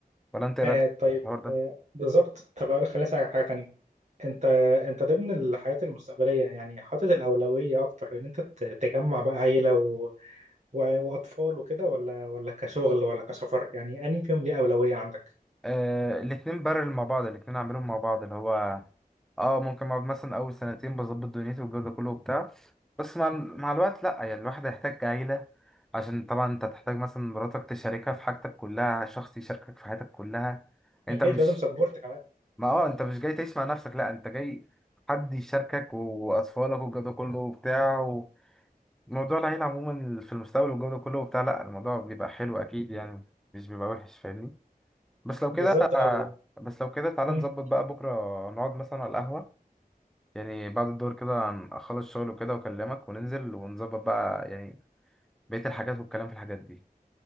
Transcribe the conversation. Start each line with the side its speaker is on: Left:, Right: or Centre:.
Centre: ولا أنت إيه
Right: آه
Centre: رأيك في
Right: طيب
Centre: الحوار ده؟
Right: آه بالظبط طب اقول لك خليني اسالك على حاجه تانية انت انت ضمن الحياه المستقبليه يعني حاطط الاولويه اكتر ان انت ت- تجمع بقى عيله و... و... واطفال وكده ولا ولا كشغل ولا كسفر يعني انهي فيهم ليه اولويه عندك
Centre: آه الاتنين بارل مع بعض الاتنين عاملين مع بعض اللي هو اه ممكن اقعد مثلا أول سنتين بظبط دنيتي والجو ده كله وبتاع بس مع ال- مع الوقت لأ يعني الواحد هيحتاج عيلة عشان طبعا أنت تحتاج مثلا مراتك تشاركها في حاجتك كلها شخص يشاركك في حياتك كلها أنت
Right: اكيد
Centre: مش
Right: لازم سبورت كمان
Centre: ما اه أنت مش جاي تعيش مع نفسك لأ أنت جاي حد يشاركك و- واطفالك والجو ده كله وبتاع موضوع العيلة عموما في المستقبل والجو ده كله وبتاع لا الموضوع بيبقى حلو أكيد يعني مش بيبقى وحش فاهمني بس لو كده
Right: بالظبط اه
Centre: بس لو كده تعالى
Right: مم.
Centre: نظبط بقى بكرة نقعد مثلا على القهوة يعني بعد الدور كده هن- أخلص شغل وكده وأكلمك وننزل ونظبط بقى يعني بقية الحاجات والكلام في الحاجات دي